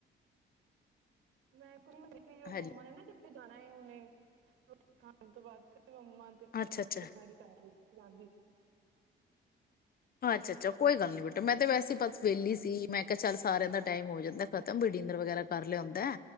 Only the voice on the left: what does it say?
ਹੈਲੋ
ਅੱਛਾ
ਅੱਛਾ
ਅੱਛਾ ਅੱਛਾ, ਕੋਈ ਗੱਲ ਨੀ ਬੇਟਾ ਮੈਂ ਤੇ ਵੈਸੇ ਬਸ ਵੇਹਲੀ ਸੀ ਮੈਂ ਕਿਹਾ ਚੱਲ ਸਾਰਿਆਂ ਦਾ ਟਾਈਮ ਹੋ ਜਾਂਦਾ ਖਤਮ ਬੇਟਾ ਡੀਨਰ ਵਗੈਰਾ ਕਰ ਲਿਆ ਹੁੰਦਾ।